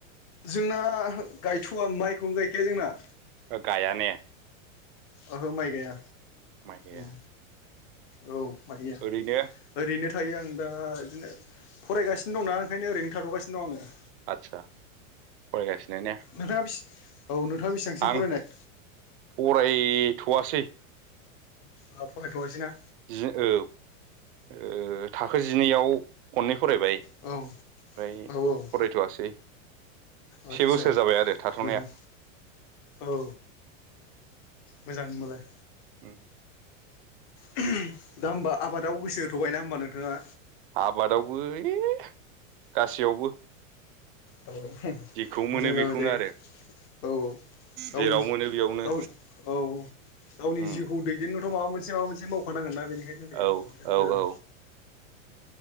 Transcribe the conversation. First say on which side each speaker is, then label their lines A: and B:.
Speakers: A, on the left; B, on the right.
A: जोंना गायथ'वा माइखौनो गायखाया जोंना।
B: ओ गाया ने।
A: ओहो माइ गाया
B: माइ गाया
A: उम औ माइ गाया।
B: ओरैनो
A: ओरैनो थायो आं दा बिदिनो फरायगासिनो दंना ओंखायनो ओरैनो थाथ'गासिनो दं आङो।
B: आदसा फरायगासिनो ने।
A: नोंथाङा बेसि औ नोंथाङा बेसेबांसिम
B: आं
A: फरायनाय?
B: फरायथ'वासै।
A: अ फरायथ'यासिना।
B: जि औ ओ थाखो जिनैआव खननै फरायबाय। ओमफ्राय
A: औ औ औ
B: फरायथ'वासै
A: आदसा
B: से बोसोर जाबाय आरो थाथ'नाया।
A: मोजां औ मोजां होनबालाय।
B: उम।
A: दा होमबा आबादाव गोसो होथ'बायना होमबा नोंथाङा।
B: आबादावबो इ गासैयावबो
A: औ
B: जेखौ
A: मोजां
B: मोनो
A: जाबाय
B: बेखौनो
A: दे औ
B: आरो।
A: औ गावनि
B: जेराव
A: जि
B: मोनो बेयावनो
A: गावनि औ गावनि
B: उम
A: जिउखौ दै देननोथ' माबा मोनसे-माबा मोनसे मावखानांगोन ना बेनिखायनो दे
B: औ
A: हरजाया
B: औ
A: मोजां।
B: औ